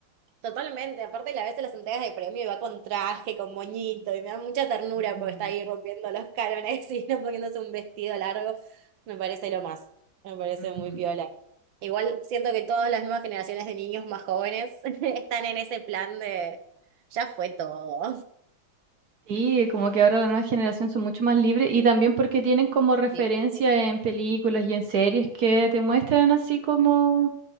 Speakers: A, on the right (about 70°); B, on the right (about 55°).
A: Totalmente, aparte la vez en las entregas de premio y va con traje, con moñito, y me da mucha ternura
B: Ujú,
A: porque está ahí rompiendo los cánones <laughs> y no poniéndose un vestido largo. Me parece lo más, me parece
B: ujú.
A: muy piola. Igual siento que todas las nuevas generaciones de niños más jóvenes <laughs> están en ese plan de ya fue todo.
B: Sí, como que ahora la nueva generación son mucho más libres y también porque tienen como referencia
A: Sí.
B: en películas y en series que te muestran así como